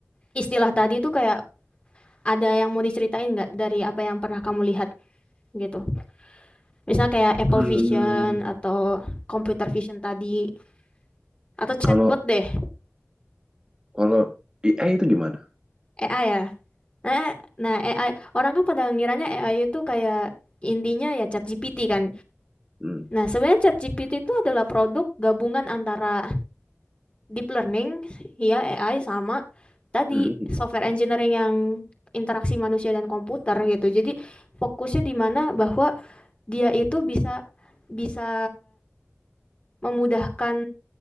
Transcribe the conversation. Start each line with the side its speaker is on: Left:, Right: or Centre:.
Left: istilah tadi itu kayak ada yang mau diceritain nggak dari apa yang pernah kamu lihat gitu? Misal kayak Apple
Right: Hmm,
Left: Vision atau computer vision tadi atau chatbot
Right: kalau
Left: deh,
Right: kalau IA itu gimana?
Left: AI ya. Nah, nah AI orang kan pada ngiranya AI itu kayak intinya ya ChatGPT kan.
Right: Hmm,
Left: Nah, sebenarnya ChatGPT itu adalah produk gabungan antara deep learning ya AI sama tadi
Right: hmm, hmm.
Left: software engineering yang interaksi manusia dan komputer gitu. Jadi fokusnya di mana bahwa dia itu bisa bisa memudahkan